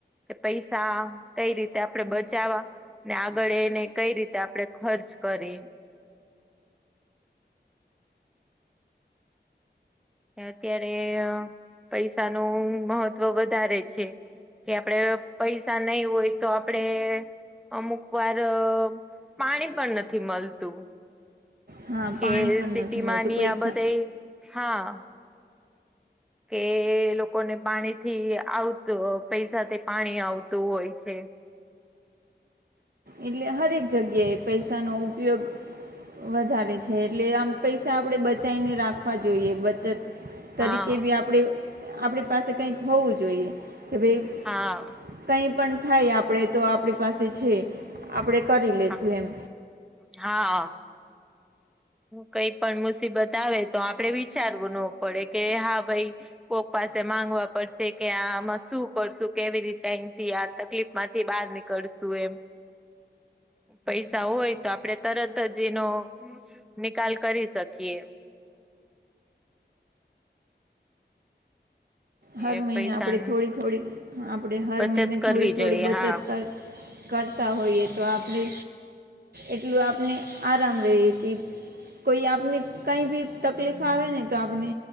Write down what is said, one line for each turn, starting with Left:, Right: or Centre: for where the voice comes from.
Centre: કે પૈસા કઈ રીતે આપણેે બચાવા ને આ આગળ એને કઈ રીતે આપણે ખર્ચ કરી અત્યારે પૈસાનું મહત્વ વધારે છે. કે આપણે પૈસા નહી હોય, તો આપણે અમુક વાર પાણી પણ નથી મળતું.
Right: હા
Centre: કે
Right: પાણી પણ
Centre: સિ
Right: નથી
Centre: ટીમાંની
Right: મળતું પૈસા
Centre: આ બધા, હા. કે લોકોને પાણીથી આવતું પૈસાથી પાણી આવતું હોય છે.
Right: એટલે દરેક જગ્યાએ પૈસા ન ઉપયોગ વધારે છે, એટલે આમ પૈસા આપણે બચાવને રાખવા જોઈએ. બચત તરીકે
Centre: હા
Right: બી આપણે આપણી પાસે કંઈક હોવું જોઈએ, કે ભાઈ?
Centre: હા
Right: કઈ પણ થાય આપણે તો આપણી પાસે છે આપણેે કરી લેશું
Centre: હા
Right: એમ.
Centre: હા. કઈ પણ મુસીબત આવે તો આપડે વિચારવું ન પડે કે હા ભાઈ કો. પાસે માંગવા પડશે કે આમાં શું કરશું કેવી રીતેથી આ તકલીફ માંથી બહાર ની કડસુ એમ. પૈસા હોય તો આપડે તરત જ એનો. નિકાલ કરી શકીએ.
Right: હર
Centre: એ
Right: મહિને
Centre: પૈસાની
Right: આપણે થોડી થોડી આપણે હર
Centre: બચત
Right: મહિને
Centre: કરવી
Right: થોડી થોડી
Centre: જોઈએ
Right: બચત
Centre: હા
Right: કર. કરતા હોઈએ તો આપણે. એટલું આપને આરામ રહી કે. કોઈ આપને કઈ બી તકલીફ આવે ને તો આપણે.